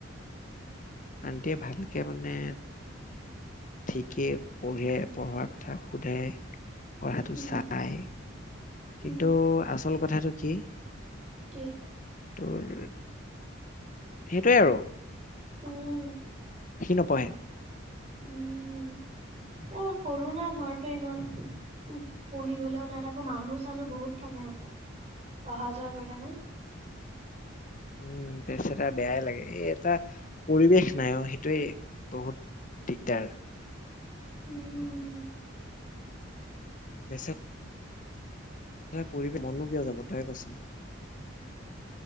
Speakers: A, on the left; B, on the right.
A: আণ্টিয়ে ভালকে মানে, ঠিকেই পঢ়ে, পঢ়াৰ কথা সোধে। পঢ়াটো
B: উম
A: চাই।
B: উম
A: কিন্তু আচল কথাটো কি
B: কি
A: তোৰ, সেইটোৱে আৰু।
B: উম
A: নপহে।
B: উম, এই সৰু না ঘৰটো ইমান, উ পঢ়িবলৈওঁ নাই, আকৌ মানুহ চানুহ বহুত থাকে সিহঁতৰ। অহা যোৱা কৰি থাকে।
A: উম, বেচেৰা বেয়াই লাগে, এই এটা পৰিৱেশ নাই অ', সেইটোৱেই বহুত দিগদাৰ।
B: উম।
A: <unintelligible> <unintelligible> পঢ়িব মনো কিয় যাব। তয়েই কচোন।